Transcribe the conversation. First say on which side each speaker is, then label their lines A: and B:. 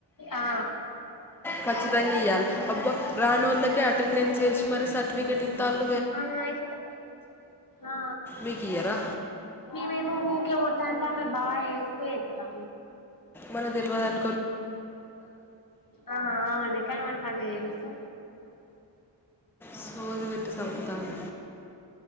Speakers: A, on the left; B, in the centre.
A: ఆ
B: ఖచ్చితంగా ఇయ్యాలి అబ్బా రానోళ్ళకే అటెండెన్స్ ఏసి మరి సర్టిఫికెట్ ఇత్తల్
A: ఆ ఆయి అ
B: మీకు ఇయ్యరా
A: నవేను ఊక ఓతా మె బబ ఎక్కు ఎద్దా
B: మన తెలివదన
A: ఆ అవున కానీ మనకు అన్న తెలుసు
B: సోది వ అట్ సమఖతను